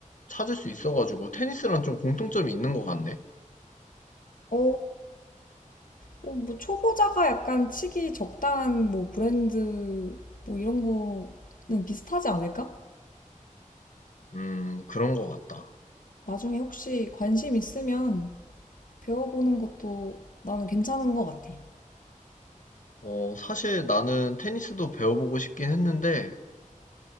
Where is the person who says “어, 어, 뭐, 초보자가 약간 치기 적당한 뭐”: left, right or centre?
Left